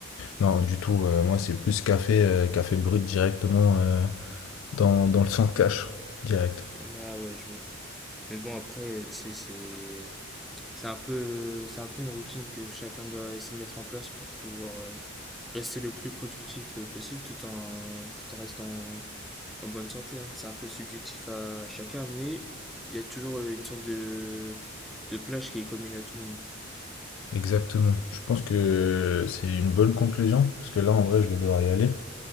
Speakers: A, on the left (about 80°); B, in the centre.
A: Non, du tout. euh, moi, c'est plus café, euh, café brut directement euh, dans, dans le sang cash, direct.
B: Ah ouais, je vois. Mais bon, après, tu sais, c'est. C'est un peu, c'est un peu une routine que chacun doit essayer de mettre en place pour pouvoir euh, rester le plus productif euh, possible tout en, tout en restant en bonne santé. hein. C'est un peu subjectif à chacun, mais il y a toujours euh, une sorte de, de plage qui est commune à tout le monde.
A: Exactement. Je pense que c'est une bonne conclusion, parce que là, en vrai, je vais devoir y aller.